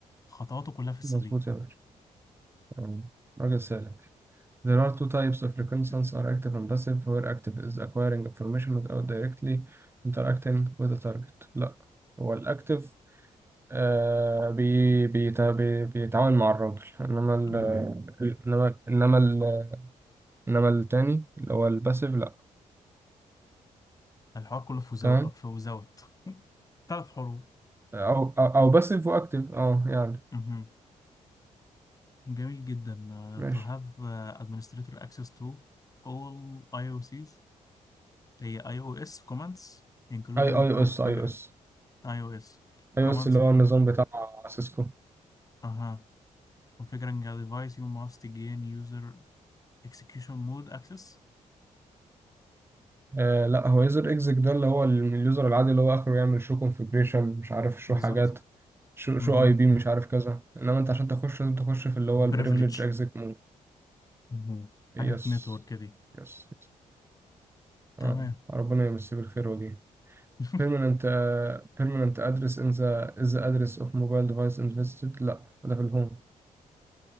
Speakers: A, on the left (about 25°); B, on the right (about 20°).
A: خطواته كلها في السليم
B: مظبوط يا باشا آه، راجل سالك There are two types of
A: <laughs>
B: reconnaissance are active and passive, where active is acquiring information without directly interacting with the target. لا هو الأكتف آه بي بيتا بي بيتعاون مع الراجل انما ال
A: مهم.
B: ال- انما انما ال انما التاني اللي هو الباسيف لا
A: الحوار كله في وزو...
B: تمام
A: في وزوت <laughs> ثلاث حروف
B: او او, أو باسيف واكتف اه يعني
A: مهم. جميل جدا uh,
B: ماشي
A: to have uh, administrator access to all IOCs هي اي او اس كوماندز including
B: اي اي او
A: configure
B: اس اي او اس
A: iOS
B: اي
A: commands
B: او اس اللي هو
A: include
B: النظام بتاع سيسكو
A: اها configuring a device you must gain user execution mode access
B: آه لا هو يوزر اكزيك ده اللي هو ال- اليوزر العادي اللي هو اخره يعمل شو كونفجريشن مش عارف شو
A: بالظبط
B: حاجات شو شو
A: اها
B: اي بي مش عارف كذا انما انت عشان تخش لازم تخش في اللي هو البريفليج
A: privilege
B: اكزيك مود
A: اها
B: يس
A: حاجات نتورك كده
B: يس يس
A: تمام
B: اه ربنا يمسيه بالخير وجيه
A: <laughs>
B: permanent uh, permanent address in the is the address of mobile device invested لا ده في الهوم